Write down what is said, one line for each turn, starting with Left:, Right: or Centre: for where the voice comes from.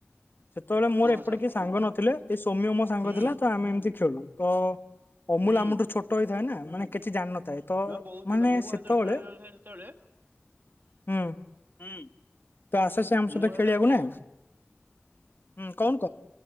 Left: ସେତେବେଳେ ମୋର
Right: ହଁ
Left: ଏପଟେ
Right: ସତ
Left: କିଏ ସାଙ୍ଗ ନଥିଲେ। ସେ ସୌମ୍ୟ ମୋ ସାଙ୍ଗ
Right: ହୁଁ
Left: ଥିଲା ତ ଆମେ ଏମିତି ଖେଳୁ। ତ ଅମୁଲ
Right: ହୁଁ
Left: ଆମଠୁ ଛୋଟ ହେଇଥାଏ ନା ମାନେ କିଛି ଜାଣିନଥାଏ। ତ
Right: ନା ବହୁତ ଚୋଟା
Left: ମାନେ
Right: ମୁଁ ବା
Left: ସେତେବେଳେ
Right: ଖେଳିବାକୁ ଯାଉଥାଏ ସେତେବେଳେ
Left: ହୁଁ -ହଁ ତ ଆସେ ସେ ଆମ ସହିତ
Right: ମୁଁ ସେତେବେଳେ
Left: ଖେଳିବାକୁ
Right: ବହୁ
Left: ନା ହୁଁ କହୁନୁ